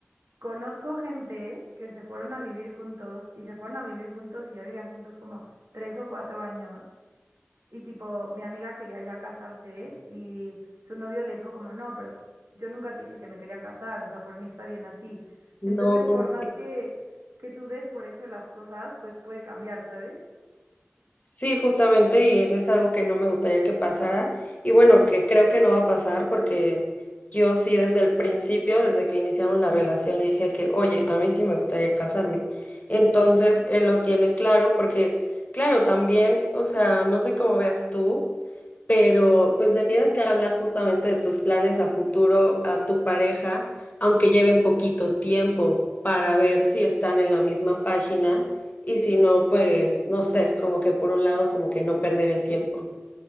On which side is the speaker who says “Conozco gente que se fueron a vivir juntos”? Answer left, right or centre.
Right